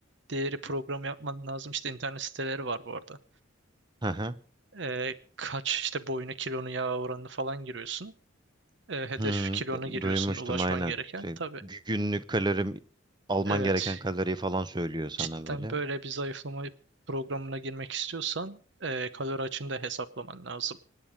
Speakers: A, on the right; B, on the right.
A: değeri programı yapman lazım. İşte internet siteleri var bu arada.
B: Hı hı.
A: Ee, kaç işte boyunu kilonu yağ oranını falan giriyorsun. Ee, hedef
B: Hmm,
A: kilonu
B: bu-
A: giriyorsun
B: duymuştum
A: ulaşman
B: aynen.
A: gereken
B: Şey,
A: tabii.
B: gü- günlük kalorim alman
A: Evet,
B: gereken kaloriyi falan söylüyor sana
A: cidden
B: böyle.
A: böyle bir zayıflama programına girmek istiyorsan eee, kalori açığını da hesaplaman lazım.